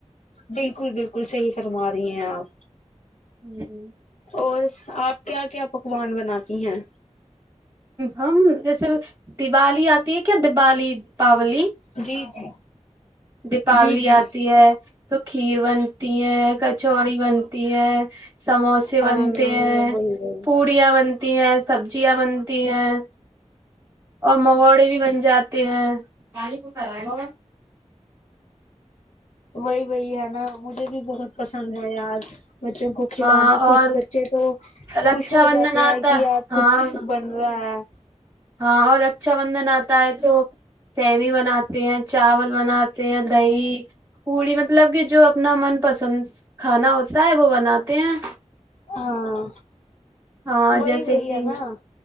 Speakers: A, on the left; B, on the right.
A: بالکل بالکل صحیح فرما رہی ہیں آپ
B: ہوں
A: اور آپ کیا کیا پکوان بناتی ہیں
B: ہم جیسے دیوالی آتی ہے کیا دیوالی دیپاولی
A: جی جی
B: دیپاولی
A: جی جی
B: آتی ہے تو کھیر بنتی ہے کچوڑی بنتی ہے سموسے
A: ہاں
B: بنتے
A: وہی
B: ہیں
A: وہی
B: پوڑیا بنتے ہیں سبزیاں بنتی ہیں اور مگوڑے بھی بن جاتے تی ہے <unintelligible> پانی گا
A: وہی وہی ہے میں مجھے بھی بہت پسند ہے یار بچوں کو کھلانا
B: ہاں
A: کوھ
B: اور
A: بچے تو
B: رکشا
A: خوش ہو
B: بندھن
A: جاتے
B: آتا
A: ہیں کہ آج
B: ہاں
A: کچھ بن رہا ہے
B: ہاں اور رکشا بندھن آتا ہے تو سیوی بن تی ہیں چاول بناتے ہیں دہی پوڑی مطلب کہ جو اپنا من پسند کھانا ہوتا ہے وہ بناتے ہیں
A: ہاں
B: ہاں
A: وہی
B: جیسے
A: وہی
B: کہ
A: ہے نا